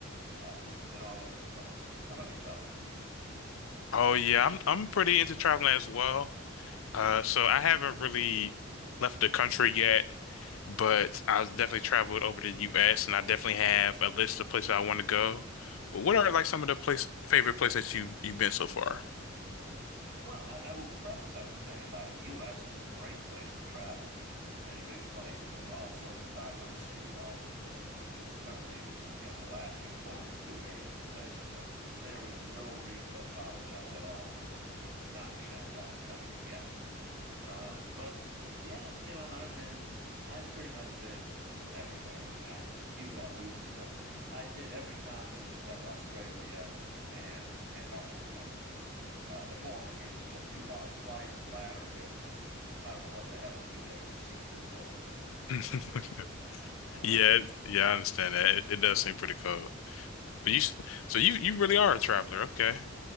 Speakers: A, on the right (about 60°); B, on the left (about 80°).
A: Uh, been all over the place. How about yourself?
B: Oh yeah, I'm I'm pretty into traveling as well. Uh, so I haven't really left the country yet, but I've definitely traveled over the U.S. and I definitely have a list of places I want to go. But what are like some of the place favorite places that you you've been so far?
A: Well, I, I will preface I was saying by U.S. is a great place to travel. I mean, it's a big, big place, and there's all sorts of diversity. All you know, certainly, uh, you know, Alaska and Florida are two very different places. So there is no reason to apologize at all for not being outside of the country yet. Um, but yeah, you know, I've been, I've pretty much been everywhere. I mean, I use that loosely, but I've hit every continent except Australia and Antarctica. Uh, the former workers is just too far a flight, and the latter because I don't know what the hell to do there. It just seems too cold.
B: <laughs>
A: Um,
B: Yeah, it- yeah, I understand that. It, it does seem pretty cold. But you, s- so you you really are a traveler, okay?